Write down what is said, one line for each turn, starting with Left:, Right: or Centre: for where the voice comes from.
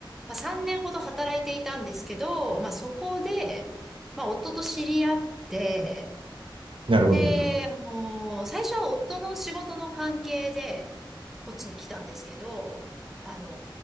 Centre: まあ、3年ほど働いていたんですけど、まあ、そこで、まあ、夫と知り合って、
Right: なるほど、
Centre: で、
Right: なるほど。
Centre: あの、最初は夫の仕事の関係で、こっちに来たんですけど、あの、